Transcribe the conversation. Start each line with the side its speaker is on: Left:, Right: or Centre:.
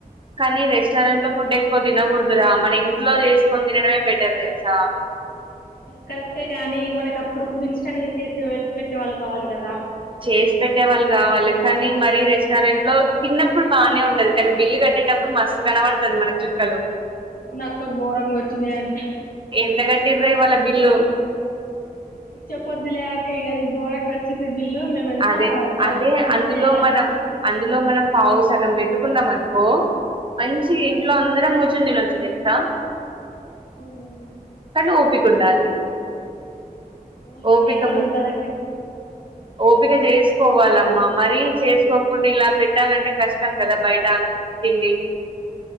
Right: కానీ రెస్టారెంట్ లో ఫుడ్ ఎక్కువ తినకూడుదురా మన ఇంట్లో చేసుకొని తినడమే బెటర్ తెలుసా.
Left: కరెక్టే గాని మనకి అప్పుడప్పుడు ఇన్స్టాంట్గా చేసి పెట్టేవాళ్ళు కావాలి కదా.
Right: చేసి పెట్టే వాళ్ళు కావాలి కనీ మరి రెస్టారెంట్ లో తిన్నప్పుడు బాగానే ఉంటది కానీ బిల్ కట్టె. కటేప్పుడు మస్తు కనబడుతది మనకు చుక్కలు.
Left: అవునక్క గోరంగా వచ్చినయంట.
Right: ఎంత కట్టింర్రె ఇవాళ బిల్లు.
Left: చెప్పోద్దులే అక్క ఇగ అది గోరంగ వచ్చింది బిల్లు. మేము ఎంత
Right: అదే
Left: చాలా
Right: అదే
Left: తక్కువ
Right: అందులో
Left: మందేళ్ళాము.
Right: మనం అందులో మనం పావు సగం పెట్టుకున్నం అనుకో. మంచిగ ఇంట్లో అందరం కూర్చొని తినొచ్చు తెలుసా.
Left: అవునవును.
Right: కాని ఓపిక ఉండాలి.
Left: ఓపిక
Right: ఓపికము
Left: ఎక్కడుంటదండి
Right: ఓపిక
Left: ఇప్పుడు.
Right: చేసుకోవాల. మ్మ మరీ చేసుకోకుండా ఇలా పెట్టాలంటే కష్టం కదా బయట తిండి. బ్లాంక్